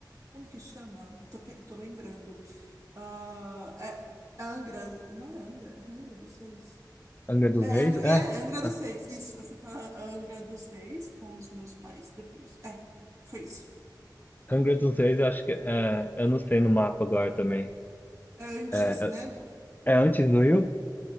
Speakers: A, on the right; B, on the left.
A: Como que chama? Tô, pe- tô lembrando. Ah, é, é Angra, não é Angra? É Angra dos Seis.
B: Angra dos
A: É
B: Reis?
A: Angra,
B: É.
A: e é Angra
B: Ah,
A: dos Seis, isso. Eu fui para Angra dos Seis com os meus pais depois. É, foi isso.
B: Angra dos Reis, eu acho que é. Eu não sei no mapa agora também.
A: É antes,
B: É,
A: né?
B: é antes do Rio?